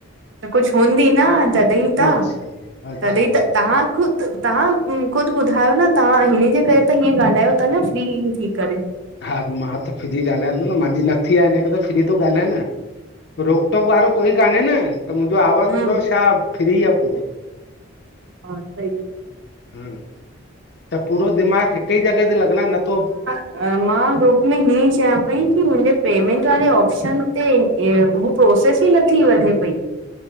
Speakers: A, on the right (about 65°); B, on the left (about 55°).
A: त कुझु हूंदी न तॾहिं त,
B: अच्छा अच्छा
A: तॾहिं
B: अच्छा
A: त तव्हां ख़ुदि, तव्हां ख़ुदि ॿुधायो न तव्हां हिन जे करे त हीअं ॻाल्हायो था न फ्री थी करे
B: हा मां त फ्री ॻाल्हायां थो न, मुंहिंजी न थी आहे, हिन करे त फ्री थो ॻाल्हायां न। रोक टोक वारो कोई कान्हे न, त मुंहिंजो आवाज़
A: हम्म
B: थोरो छा, फ्री आ पूरो।
A: हा सही
B: ह्म्म, त पूरो दिमाग़ु हिक ई जॻह ते लॻल आ, न थो
A: न मां ग्रुप में हीअं चवां पई कि मुंहिंजे पेमेंट वारे ऑप्शन ते हू प्रोसेस ई नथी वधे पई।